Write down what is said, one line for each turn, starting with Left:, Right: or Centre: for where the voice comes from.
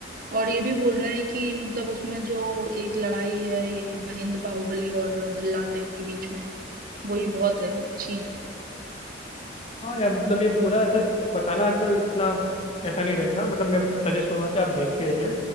Right: और ये भी बोल रहे हैं कि मतलब उसमें जो एक लड़ाई है ये महेंद्र बाहुबली और भल्लाल देव के बीच में वही बहुत है अच्छी
Left: हाँ यार मतलब ये पूरा ऐसे बताना तो इतना ऐसा नहीं रहेगा मतलब मैं सजेस्ट करूंगा कि आप देखिए ये